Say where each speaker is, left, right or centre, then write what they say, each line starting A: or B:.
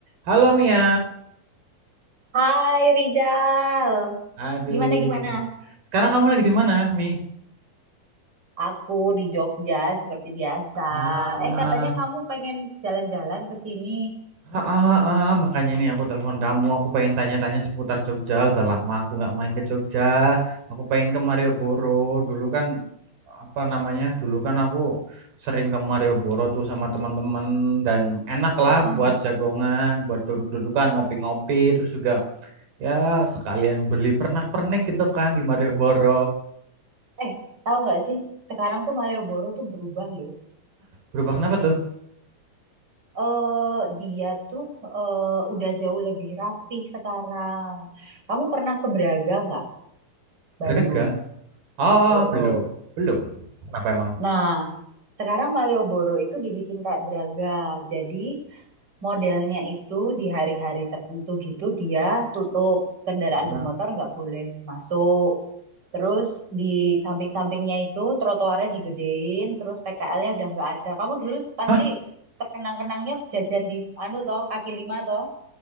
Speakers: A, on the right (about 75°); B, on the right (about 25°).
A: Halo Mia.
B: Hai Rizal,
A: Aduh.
B: gimana gimana?
A: Sekarang kamu lagi di mana, Mi?
B: Aku di Jogja seperti biasa.
A: Ah,
B: Eh katanya kamu pengen jalan-jalan ke sini.
A: ah, ah, ah, makanya nih aku telepon kamu. Aku pengen tanya-tanya seputar Jogja. Udah lama aku nggak main ke Jogja. Aku pengen ke Malioboro. Dulu kan apa namanya? Dulu kan aku sering ke Malioboro tuh sama teman-teman dan enak lah
B: Mm-mm.
A: buat jagongan, buat duduk-dudukan, ngopi-ngopi, terus juga ya sekalian beli pernak-pernik gitu kan di Malioboro.
B: Eh tahu nggak sih? Sekarang tuh Malioboro tuh berubah loh.
A: Berubah kenapa tuh?
B: Eh dia tuh eh, udah jauh lebih rapih sekarang. Kamu pernah ke Braga nggak? Bandung.
A: Braga? Ah,
B: Oh, oh.
A: belum. Belum. Kenapa emang?
B: Nah sekarang Malioboro itu dibikin kayak Braga. Jadi Modelnya itu di hari-hari tertentu gitu dia tutup kendaraan
A: Heeh.
B: bermotor nggak boleh masuk. Terus di samping-sampingnya itu trotoarnya digedein, terus PKL-nya udah nggak ada. Kamu dulu pasti
A: Hah?
B: terkenang-kenangnya jajan di anu toh, kaki lima toh.